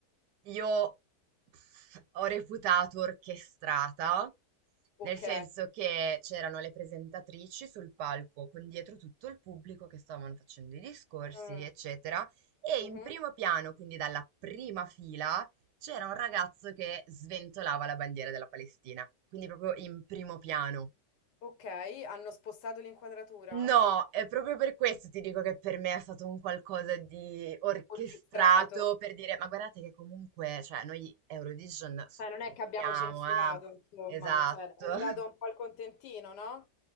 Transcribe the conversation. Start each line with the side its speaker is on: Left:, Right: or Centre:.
Right: io pff, ho reputato orchestrata,
Left: Ok.
Right: nel senso che c'erano le presentatrici sul palco con dietro tutto il pubblico che stavano facendo i discorsi,
Left: Mm.
Right: eccetera, e
Left: Mhm.
Right: in primo piano, quindi dalla prima fila, c'era un ragazzo che sventolava la bandiera della Palestina, quindi proprio in primo piano.
Left: Ok, hanno spostato l'inquadratura?
Right: No, è proprio per questo ti dico che per me è stato un qualcosa di orchestrato
Left: Orchestrato.
Right: per dire, ma guardate che comunque, cioè, noi Eurovision supportiamo,
Left: Cioè, non è che abbiamo censurato,
Right: eh?
Left: insomma,
Right: Esatto.
Left: cioè, abbiamo
Right: <laughs>
Left: dato un po' il contentino, no?